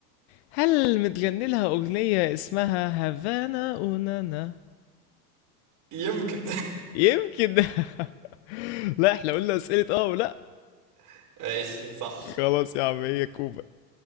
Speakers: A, on the left (about 45°); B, on the right (about 40°).
A: هل متغني لها اغنية اسمها هافانا اونانا
B: يمكن
A: يمكن <laughs> لا احنا قلنا اسئلة اه ولا
B: <laughs> ماشي صح
A: خلاص يا عم هي كوبا